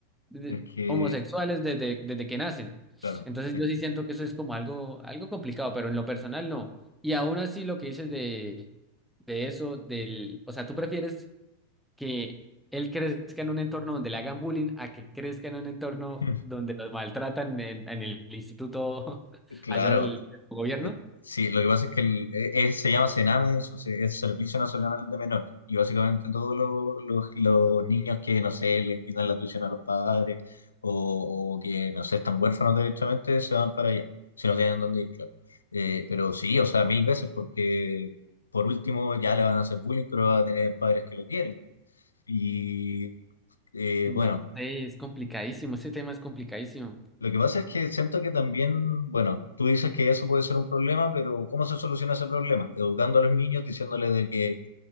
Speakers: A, in the centre; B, on the left (about 75°).
A: de-
B: Es que,
A: homosexuales desde, desde que nacen.
B: claro.
A: Entonces
B: es-
A: yo sí siento que eso es como algo, algo complicado, pero en lo personal no. Y aún así lo que dices de, de eso, del, o sea, tú prefieres que él crezca en un entorno donde le hagan bullying a que crezca en un entorno
B: <laughs>
A: donde los maltratan en, en el instituto <laughs>
B: Claro,
A: allá del, del gobierno.
B: eh, sí, lo que pasa es que el- eh, eh, se llama CENAME, o sea es Servicio Nacional de Menores, y básicamente todos los, los- los niños que, no sé, le quitan la tuición a los padres o, o que, no sé, están huérfanos directamente, se van para allá, si no tienen dónde ir, claro. Eh, pero sí, o sea, mil veces, porque por último ya le van a hacer bullying, pero va a tener padres que lo quieren. Y eh,
A: No
B: bueno.
A: sé, es complicadísimo, ese tema es complicadísimo.
B: Lo que pasa es que siento que también, bueno, tú dices que eso puede ser un problema, pero ¿cómo se soluciona ese problema? Educando a los niños, diciéndoles de que